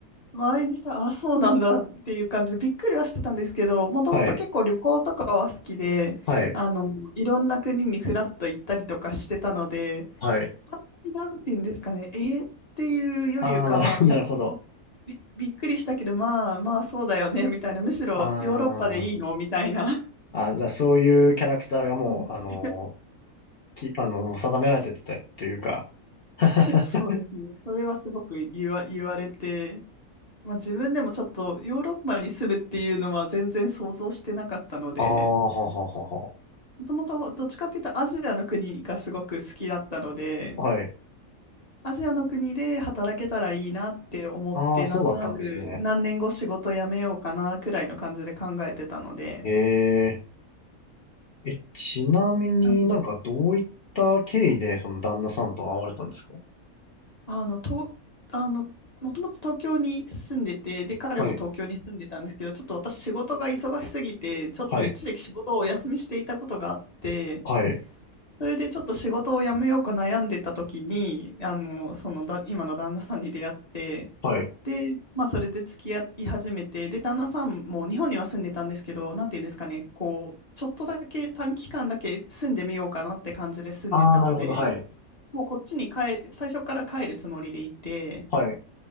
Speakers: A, on the left; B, on the left.
A: 周りの人は、あ、そうなんだっていう感じでびっくりはしてたんですけど、もともと結構旅行とかは好きで、
B: はい。はい。
A: あの、いろんな国にフラッと行ったりとかしてたので、
B: はい。
A: あんまりなんて言うんですかね、えーっていうよりかは、
B: ああ、なるほど、<laughs> なるほど。
A: あび、びっくりしたけど、まあまあそうだよね、みたいな、むしろヨーロッパでいいのみたいな。
B: あーあ、じゃあそういうキャラクターがもう、
A: はい、
B: あのーき、あの、定められてたというか。<laughs>
A: <laughs> そうですね。それはすごく言わ、言われて、まあ、自分でもちょっとヨーロッパに住むっていうのは全然想像してなかったので、
B: ああ、はははは。
A: もともとどっちかっていうとアジアの国がすごく好きだったので、
B: はい。
A: アジアの国で働けたらいいなって思って、
B: ああ、そうだったんですね。
A: なんとなく何年後仕事辞めようかなくらいの感じで考えてたので、
B: ええ、え、ちなみになんかどういった経緯でその旦那さんと会われたんですか
A: はい、あの、と、あの、もともと東京に住んでて、で、彼も東京に住んでたんですけど、
B: はい、
A: ちょっと私仕事が忙しすぎて、ちょっと一時期仕事をお休みしていたことがあって、
B: はい、はい、
A: それでちょっと仕事を辞めようか悩んでた時に、あの、そのだ、今の旦那さんに出会って、
B: はい。
A: で、まあそれで付き合い始めて、で、旦那さんも日本には住んでたんですけど、なんていうんですかね、こう、ちょっとだけ短期間だけ住んでみようかなって感じで住んでたので、
B: ああ、なるほど、はい、
A: もうこっちに帰、最初から帰るつもりでいて、
B: はい、